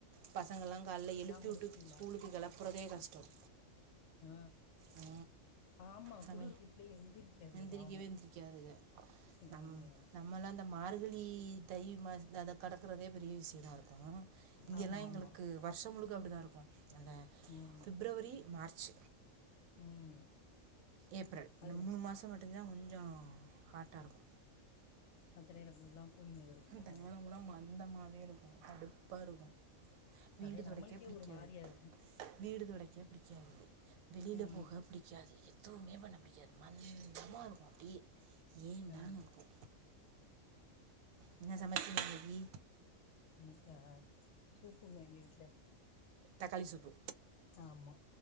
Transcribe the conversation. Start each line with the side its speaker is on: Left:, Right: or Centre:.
Right: பசங்கல்லா கால்ல எலுப்பி
Left: முடிச்சுட்டீலா
Right: உட்டு ஸ்கூலுக்கு களப்புறதே கஷ்ட <inaudible>
Left: ஆ
Right: ஆ
Left: ஆமா
Right: சம.
Left: குளிருக்கு பிள்ளைக எந்திரிக்காதுக
Right: எந்திரிக்கவே
Left: பாவோ
Right: எந்திரிக்காதுக
Left: ம்
Right: நம். நம்மலா இந்த மார்கலி இ தை மாசி தத கடக்கறதே பெரிய விஷயமா இருக்கோ இங்கலா
Left: ஆமா
Right: எங்களுக்கு
Left: ஆமா
Right: வருஷ முலுக் அப்டிதா இருக்கோ அந்த
Left: ம்
Right: பிப்ரவரி மார்ச்
Left: ம்
Right: ஏப்ரல் இந்த
Left: அதுல
Right: மூணு மாச மட்டு தா ஒல் கொஞ்ச ஹாட்டா இருக்கோ
Left: பத்தனேரோ ஃபுல்லா கூலிங் இது இருக்குமோ
Right: ம் தனியாளவலா மந்தமாவே இருக் கடுப்பா இருக்கோ வீடு
Left: அதே நம்மளுக்கே
Right: தொடைக்க பிடிக்காது
Left: ஒரு மாரியா இருக்கு
Right: வீடு தொடைக்க புடிக்காது வெளியல
Left: ம்
Right: போக புடிக்காது எதுவுமே பண்ண புடிக்காது மணு சும்மா இரும்மா டீ ஏண்டான்னு
Left: ஆ
Right: இருக்கோ என்ன <inaudible> ஈ
Left: நீக்காகா சூப்புங்க எங்க வீட்டுல
Right: தக்காளி சூப்பு
Left: ஆமா